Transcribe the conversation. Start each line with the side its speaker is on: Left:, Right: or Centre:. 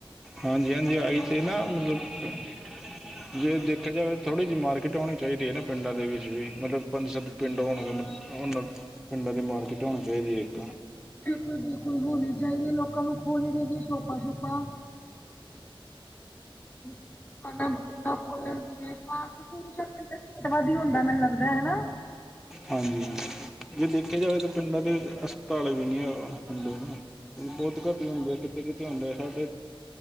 Centre: ਹਾਂਜੀ, ਹਾਂਜੀ ਆਈ ਤੇ ਨਾ ਮਤਲਬ ਜੇ ਦੇਖਿਆ ਜਾਵੇ ਥੋੜੀ ਜਿਹੀ ਮਾਰਕੀਟ ਹੋਣੀ ਚਾਹੀਦੀ ਹੈ। ਨਾ ਪਿੰਡਾਂ ਦੇ ਵਿੱਚ ਵੀ ਮਤਲਬ ਪੰਜ ਸਤ ਪਿੰਡ ਹੋਣਗੇ ਉਹਨਾਂ ਪਿੰਡਾਂ ਦੀ ਮਾਰਕੀਟ ਹੋਣੀ ਚਾਹੀਦੀ ਹੈ। ਇੱਕ
Left: ਬਿਲਕੁਲ, ਬਿਲਕੁਲ ਹੋਣੀ ਚਾਹੀਦੀ ਹੈ ਲੋਕਾਂ ਨੂੰ ਖੋਲਣੀ ਚਾਹੀਦੀਆਂ ਸ਼ੋਪਾਂ- ਸ਼ੋਪਾਂ ਦੁਕਾਨਾਂ ਦੁਕਾਨਾ <unintelligible> ਵਧ ਹੀ ਹੁੰਦਾ ਮੈਨੂੰ ਲੱਗਦਾ ਹੈਨਾ
Centre: ਹਾਂਜੀ ਜੇ ਦੇਖਿਆ ਜਾਵੇ ਤਾਂ ਪਿੰਡਾਂ ਦੇ ਹਸਪਤਾਲ ਵੀ ਨਹੀਂ ਹੁੰਦੇ ਨਾ ਬਹੁੱਤ ਘੱਟ ਹੁੰਦੇ ਆ ਕਿੱਤੇ ਕਿਤੇ ਹੁੰਦੇ ਆ ਸਾਡੇ